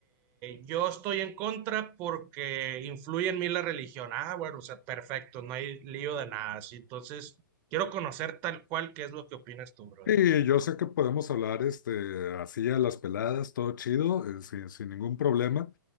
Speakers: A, on the right (about 15°); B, on the left (about 60°).
A: yo estoy en contra porque influye en mí la religión. Ah, bueno, o sea, perfecto, no hay lío de nada. así. Entonces, quiero conocer tal cual qué es lo que opinas tú, bro.
B: Sí, yo sé que podemos hablar este, así a las peladas, todo chido, eh, sin, sin ningún problema.